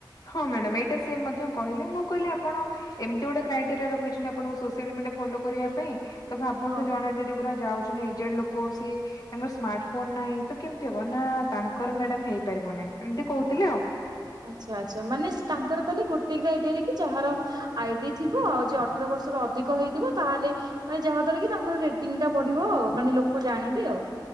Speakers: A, on the left (about 50°); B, on the right (about 55°).
A: ହଁ ମ୍ୟାଡ଼ାମ ଏଇଟା ସେ ମଧ୍ୟ କହିଲେ ମୁଁ କହିଲି ଆପଣ ଏମିତି ଗୋଟେ କ୍ରାଇଟେରିଆ ରଖୁଛନ୍ତି ଆପଣଙ୍କୁ ସୋସିଆଲ ମିଡିଆ ଫଲୋ କରିବା ପାଇଁ। ତ ଭାବନ୍ତୁ
B: ହଁ।
A: ଜଣେ ଯଦି ପୁରା ଯାଉଛନ୍ତି ଏଜେଡ ଲୋକ ସିଏ ତାଙ୍କର ସ୍ମାର୍ଟ ଫୋନ ନାହିଁ ତ କେମିତି ହବ ନା ତାଙ୍କର ମ୍ୟାଡାମ ହେଇପାରିବ ନାହିଁ ଏମିତି କହୁଥିଲେ ଆଉ।
B: ଆଛା ଆଛା ମାନେ ତାଙ୍କର ତାହେଲେ ଗୋଟେ ଏରେ କି ଯାହାର ଆଇଡି ଥିବ ଆଉ ଯ ଅଠର ବର୍ଷ ର ଅଧିକ ହେଇଥିବ ତାହେଲେ ମାନେ ଯାହା ଦ୍ଵାରା କି ତାଙ୍କର ରେଟିଙ୍ଗ ଟା ବଢିବ ଆଉ ମାନେ ଲୋକ ଜାଣିବେ ଆଉ।